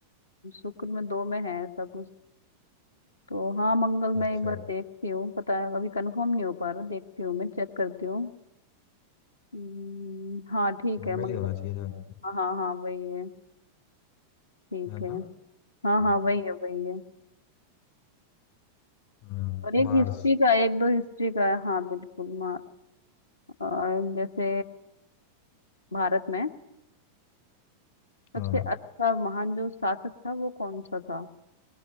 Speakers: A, on the left; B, on the left.
A: शुक्र में दो में है ऐसा कुछ तो हाँ मंगल मैं
B: अच्छा
A: एक बार देखती हूँ पता है अभी कंफर्म नहीं हो पा रहा देखती हूँ मैं चेक करती हूँ हम्म, हाँ ठीक
B: मंगल
A: है मंगल
B: ही होना चाहिए जहाँ तक
A: हाँ हाँ हाँ वही है ठीक
B: है है
A: है
B: ना हम्म
A: हाँ हाँ वही है वही है
B: हाँ
A: और एक
B: मार्स
A: हिस्ट्री का एक दो हिस्ट्री का है हाँ बिल्कुल मा- और जैसे भारत में सबसे
B: हाँ
A: अच्छा महान जो शासक था वो कौन सा था